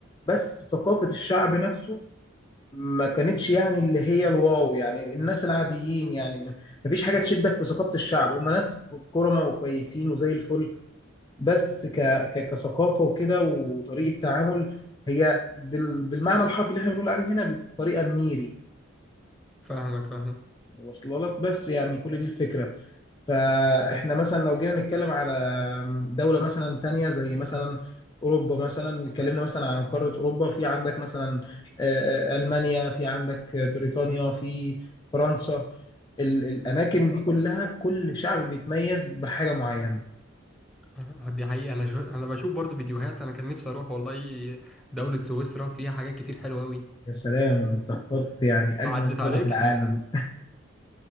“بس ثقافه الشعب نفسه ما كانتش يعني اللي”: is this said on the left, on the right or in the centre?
Left